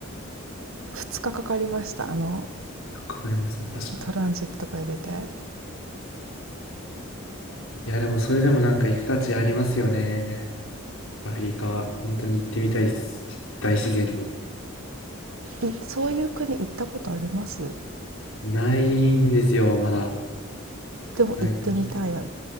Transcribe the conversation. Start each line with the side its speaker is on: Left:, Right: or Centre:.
Right: 2日かかかりましたあの
Left: かかりますね。確かに。
Right: トランジットとか入れて
Left: いや、でもそれでもなんか行く価値ありますよね。アフリカは。本当に行ってみたいです。大自然に。
Right: いそういう国行ったことあります
Left: ないんですよ、まだ。
Right: でも行ってみたいな
Left: なぎ